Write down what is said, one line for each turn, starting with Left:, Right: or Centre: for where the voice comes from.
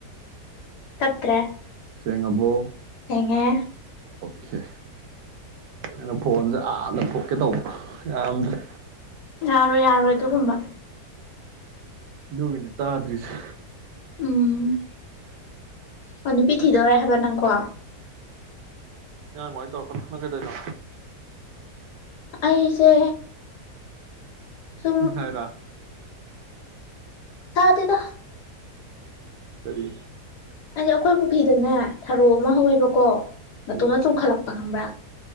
Left: ꯇꯞ ꯇ꯭ꯔꯦ
Right: ꯆꯦꯡꯉꯕꯣ
Left: ꯌꯦꯉ
Right: ꯑꯣꯀꯦ ꯑꯩꯅ ꯐꯣꯟꯁꯦ ꯑꯥꯅ ꯊꯣꯛꯣꯛꯀꯦ ꯇꯧꯕ ꯌꯥꯝꯗ꯭ꯔ
Left: ꯌꯥꯔꯣꯏ ꯌꯥꯔꯣꯏ ꯑꯗꯨꯒꯨꯝꯕ
Right: ꯒꯤꯅꯤ ꯇꯥꯗ꯭ꯔꯤꯁꯤ
Left: ꯎꯝ
Right: <unintelligible>
Left: ꯑꯣ ꯅꯨꯄꯤ ꯊꯤꯗꯧꯔꯦ ꯍꯥꯏꯕ ꯅꯪꯀꯣ
Right: ꯌꯥ ꯏ ꯇꯧꯔꯀꯅ ꯀꯦ ꯇꯩꯅꯣ
Left: ꯑꯩꯁꯦ ꯁꯨꯝ
Right: ꯐꯤ ꯁꯥꯏꯔꯣ
Left: ꯁꯥꯗꯦꯗ
Right: ꯀꯔꯤ
Left: ꯑꯩ ꯑꯩꯈꯣꯏ ꯄꯨꯈ꯭ꯔꯤꯗꯅꯦ ꯊꯔꯣ ꯑꯃ ꯍꯧꯋꯦꯕꯀꯣ ꯃꯇꯣꯟꯅ
Right: ꯎꯝ
Left: ꯆꯣꯡꯈꯠꯂꯛꯄ ꯈꯪꯕ꯭ꯔꯥ